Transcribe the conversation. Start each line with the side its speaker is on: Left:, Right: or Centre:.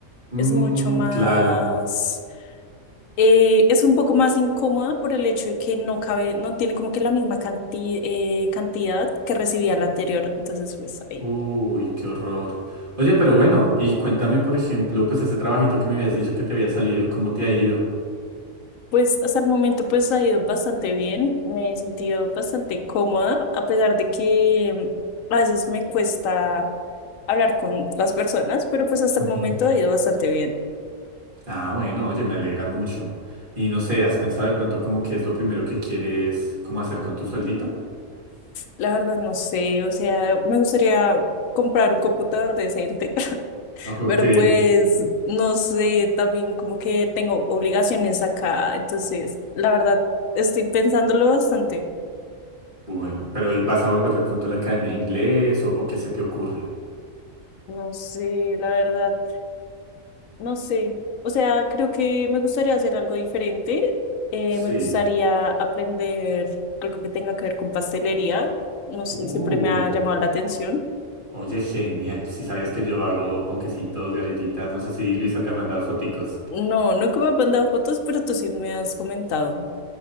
Right: Mmm,
Left: es mucho más,
Right: claro.
Left: eh, es un poco más incómoda por el hecho de que no cabe, no tiene como que la misma canti- eh, cantidad que recibía la anterior. Entonces, pues ahí.
Right: Uy, qué horror. Oye, pero bueno, y cuéntame, por ejemplo, pues ese trabajito que me habías dicho que te había salido, ¿cómo te ha ido?
Left: Pues hasta el momento pues ha ido bastante bien, me he sentido bastante cómoda, a pesar de que mm, a veces me cuesta hablar con las personas, pero pues hasta
Right: Ujú.
Left: el momento ha ido bastante bien.
Right: Ah, bueno, oye, me alegra mucho. Y no sé, ¿has pensado de pronto como qué es lo primero que quieres como hacer con tu sueldito?
Left: La verdad no sé, o sea, me gustaría comprar un computador decente, <laughs>
Right: Ok,
Left: pero pues no sé, también como que tengo obligaciones acá, entonces la verdad estoy pensándolo bastante.
Right: bueno, pero ¿y vas a volver de pronto a la academia de inglés o, o qué se te ocurre?
Left: No sé, la verdad. No sé, o sea, creo que me gustaría hacer algo diferente. Eh,
Right: Sí.
Left: me gustaría aprender algo que tenga que ver con pastelería. No sé,
Right: Uh,
Left: siempre me ha llamado la atención.
Right: oye, genial. Si sabías que yo hago ponquecitos, galletitas, no sé si Luisa te ha mandado foticos.
Left: No, nunca me han mandado fotos, pero tú sí me has comentado.